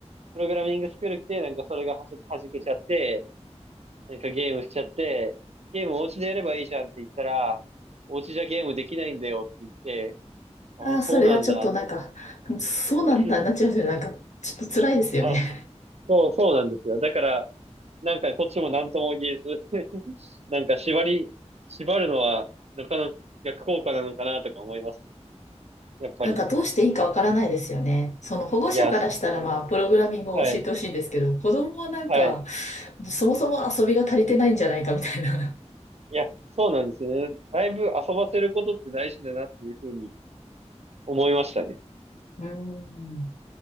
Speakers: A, on the right; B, on the left.
A: プログラミングスクール来て、なんかそれがはちょっと弾けちゃって、なんかゲームしちゃって、ゲームお家でやればいいじゃんって言ったら、お家じゃゲームできないんだよって言って、ああ、
B: ああ、
A: そうなんだっ
B: それはちょっとなんか、そうなんだ、
A: て。<laughs>
B: なっちゃいますよね。なんか、ちょっと辛いですよね。
A: あ、そそう、そうなんですよ。だから、なんかこっちも何とも言えず <laughs> なんか縛り、縛るのは、なかなか逆効果なのかなとか思いますね。
B: <laughs>
A: やっぱり。
B: なんか、どうしていいかわからないですよね。その保護者からしたら、
A: いや、す
B: まあ、プログラミングを教えてほしいんですけど、
A: はい、
B: 子供はなんか、
A: はい。
B: そもそも遊びが足りてないんじゃないかみたいな。
A: いや、そうなんですよね。だいぶ遊ばせることって大事だなっていうふうに思いましたね。
B: <laughs> うん。